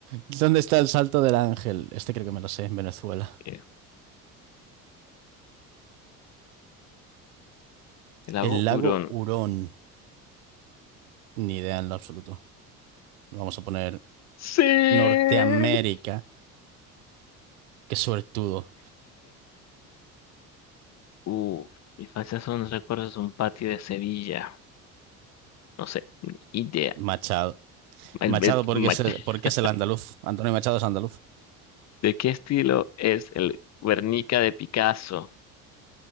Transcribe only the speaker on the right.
¿Dónde está el Salto del Ángel? Este creo que me lo sé, en Venezuela.
El lago
Hurón. Ni idea en lo absoluto. Vamos a poner
Norteamérica. Qué suertudo.
Machado.
Machado,
porque
es el,
porque es el andaluz. Antonio Machado es andaluz.